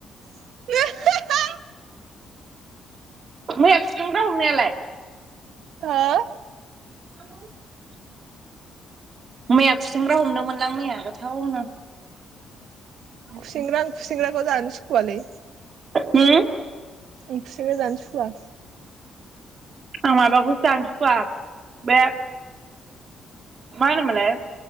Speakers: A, on the right; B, on the right.
A: <unintelligible>
B: ओमफाय खुसेंग्रा हमनायालाय
A: हो
B: <unintelligible> मैया खुसेंग्रा हमदोंमोनलां मैया गोथावनो
A: खुसेंग्रा आं खुसेंग्राखौ जानो सुखुवालै
B: हम
A: आं खुसिंग्रा जानो सुखुवा
B: आं माबाखौसो जानो सुखुवा बे मा होनोमोनलाय